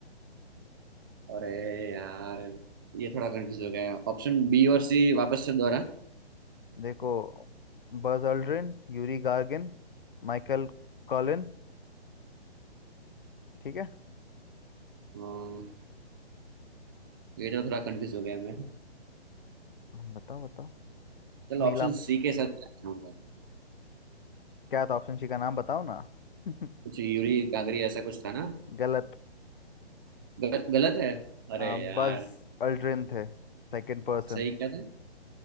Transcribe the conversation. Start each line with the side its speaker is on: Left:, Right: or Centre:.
Right: अरे यार ये थोड़ा कंफ्यूज हो गया ऑप्शन बी और सी वापस से दोहरा
Left: देखो Buzz Aldrin Yuri Gagarin Michael Collins ठीक है
Right: हाँ। ये तो थोड़ा कंफ्यूज हो गया मैं
Left: हाँ, बताओ बताओ
Right: चल ऑप्शन
Left: नीला
Right: सी के साथ जाना चाहूंगा
Left: क्या था ऑप्शन सी का नाम बताओ ना <laughs>
Right: कुछ यूरी गागरी ऐसा कुछ था ना
Left: गलत
Right: गलत गलत है अरे
Left: हाँ
Right: यार
Left: बज अल्ड्रिन थे सेकंड पर्सन
Right: सही क्या था